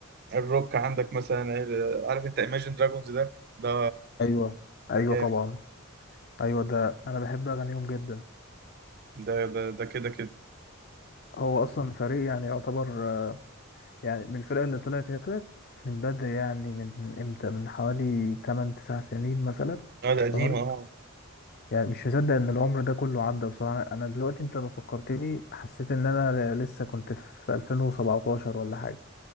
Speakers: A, on the right; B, on the left.
A: الروك عندك مثلا عيل- عارف انت Imagine Dragons ده ده
B: ايوه ايوه
A: جامد
B: طبعا ايوه ده انا بحب اغانيهم جدا
A: ده ده ده كده كده
B: هو اصلا فريق يعني يعتبر آه، يعني من الفرقة اللي طلعت هي طلعت من بدري يعني من امتى من حوالي 8 9 سنين مثلا
A: اه ده
B: اشتهرت
A: قديم اه
B: يعني مش مصدق ان العمر ده كله عدى بصراحة انا دلوقتي انت لما فكرتني حسيت ان انا ل- لسه كنت في 2017 ولا حاجة